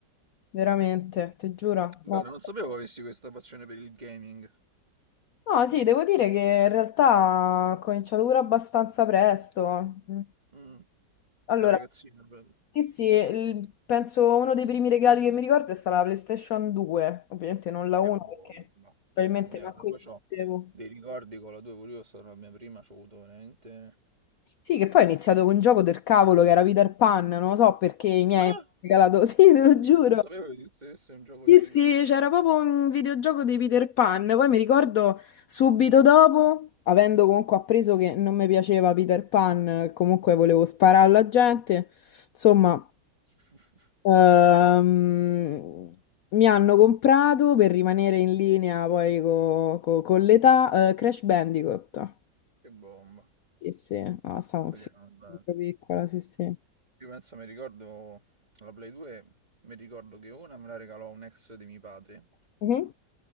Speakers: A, on the left (about 65°); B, on the right (about 25°).
A: Veramente, ti giuro.
B: Bello,
A: No, sì,
B: non sapevo avessi questa passione per il gaming.
A: No, sì, devo dire che in realtà ho cominciato pure abbastanza presto. Mm.
B: Mm,
A: Allora,
B: Da ragazzino proprio.
A: sì, sì, il- penso uno dei primi regali che mi ricordo è stata la PlayStation 2. Ovviamente non la
B: Che
A: 1
B: bomba.
A: perché probabilmente
B: Mamma mia,
A: manco
B: proprio
A: esistevo.
B: c'ho dei ricordi con la 2, pure io sono la mia prima, c'ho avuto veramente...
A: Sì, che poi ho iniziato con un gioco del cavolo che era Peter Pan, non lo so perché i miei
B: Ah!
A: mi hanno regalato, <laughs> sì, te lo giuro.
B: Non sapevo che esistesse un gioco
A: Sì,
B: di Peter
A: sì,
B: Pan.
A: c'era proprio un videogioco di Peter Pan, poi mi ricordo subito dopo, avendo comunque appreso che non mi piaceva Peter Pan, comunque volevo sparare alla gente, insomma,
B: <laughs>
A: ehm, mi hanno comprato per rimanere in linea poi co- co- con l'età, eh, Crash Bandicoot.
B: Che bomba.
A: Sì, sì, no, stavo in
B: Quindi
A: fi-
B: era una cosa-
A: sempre piccola, sì, sì.
B: Io penso, mi ricordo la Play 2, mi ricordo che una me la regalò un ex di mio padre
A: Mhm.